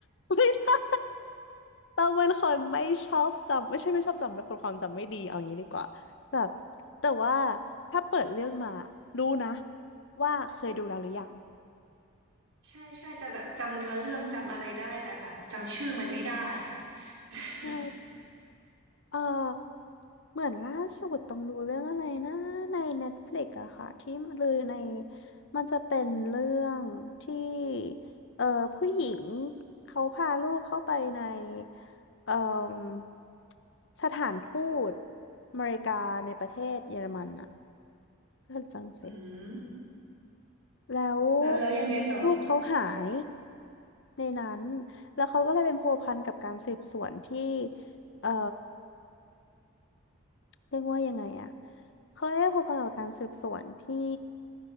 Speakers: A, on the left; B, on the right.
A: ไม่ได้ต้องเป็นคนไม่ชอบจำไม่ใช่ไม่ชอบจำเป็นคนความจำไม่ดีเอางี้ดีกว่าแบบแต่ว่าถ้าเปิดเรื่องมารู้นะว่าเคยดูแล้วหรือยัง
B: <laughs> ใช่ใช่จะแบบจำเนื้อเรื่องจำอะไรได้แต่แบบจำชื่อมันไม่ได้อ่ะ <laughs>
A: ใช่ เออเหมือนล่าสุดต้องดูเรื่องอะไรนะใน Netflix อะค่ะที่เลยในมันจะเป็นเรื่องที่เออผู้หญิงเขาพาลูกเข้าไปในเออสถานทูตอเมริกาในประเทศเยอรมันอะเพื่อนฝรั่งเศส
B: อืม
A: แล้ว
B: แล้วแล้วยังไงต่อ
A: ลูกเขาหายในนั้นแล้วเขาก็เลยเป็นพัวพันกับการสืบสวนที่เอ่อ เรียกว่ายังไงอะเขาเอ๊พอพันกับการสืบสวนที่